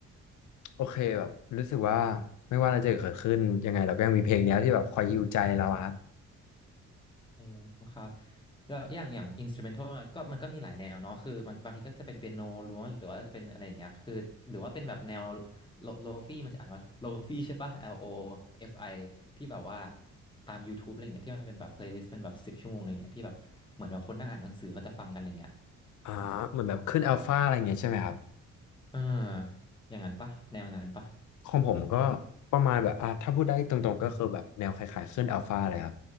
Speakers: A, on the left; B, on the left.
A: โอเคแบบรู้สึกว่าไม่ว่าอะไรจะเกิดขึ้นยังไงเราก็ยังมีเพลงเนี้ยที่แบบคอยฮีลใจเราอะครับ
B: อืมครับแล้วอย่างอย่างอินสตูเมนทัลก็มันก็มีหลายแนวเนาะคือมันบางทีก็จะเป็นเปียโนล้วนหรือว่าจะเป็นอะไรอย่างเงี้ยคือหรือว่าเป็นแบบแนวโลโลฟี่มันจะอ่านว่าโลฟี่ใช่ปะ L O F I ที่แบบว่าตาม YouTube อะไรเงี้ยที่มันเป็นแบบเพลย์ลิสต์เป็นแบบสิบชั่วโมงอะไรเงี้ยที่แบบเหมือนแบบคนนั่งอ่านหนังสือเขาจะฟังกันอะไรเงี้ย
A: อ่าเหมือนแบบขึ้นอัลฟาอะไรเงี้ยใช่ไหมครับ
B: เอออย่างนั้นปะแนวงานปะ
A: ของผมก็ประมาณแบบอ่ะถ้าพูดได้ตรงๆก็คือแบบแนวคล้ายๆขึ้นอัลฟาเลยครับ